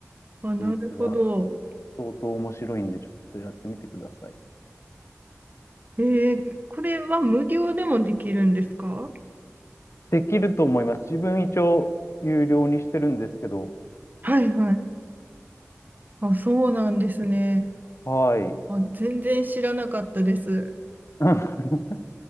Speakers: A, on the right; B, on the left.
A: あ、なるほど。
B: こいつが相当面白いんで、ちょっとやってみてください。
A: ええこれは無料でもできるんですか
B: できると思います。自分一応有料にしてるんですけど、
A: はいはい。あ、そうなんですね。
B: はい。
A: あ、全然知らなかったです。
B: <laughs>